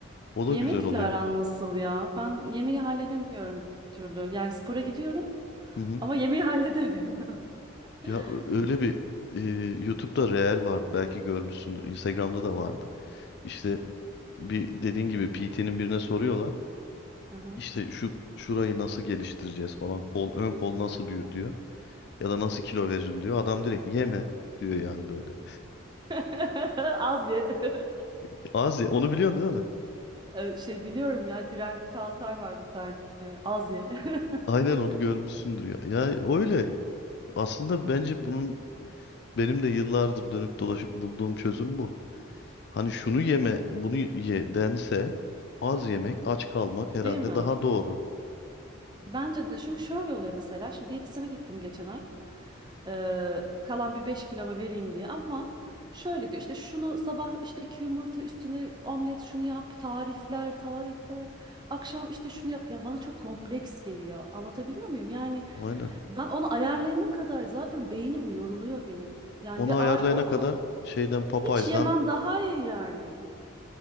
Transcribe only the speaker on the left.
O da
güzel oluyor.
Hı hı.
Ya ö- öyle bir e, YouTube'da Reel vardı. Belki görmüşsündür. Instagram'da da vardı. İşte bir dediğin gibi PT'nin birine soruyorlar.
İşte şu şurayı nasıl geliştireceğiz falan. Kol, ön kol nasıl büyür diyor. Ya da nasıl kilo veririm diyor. Adam direkt yeme diyor yani böyle.
<laughs> Az ye. Onu biliyorsun değil mi?
Aynen onu görmüşsündür ya. Ya öyle. Aslında bence bunun benim de yıllardır dönüp dolaşıp bulduğum çözüm bu. Hani şunu yeme, bunu ye dense az yemek, aç kalmak herhalde
daha doğru.
Aynen.
Onu
ayarlayana
kadar
şeyden Popeyes'dan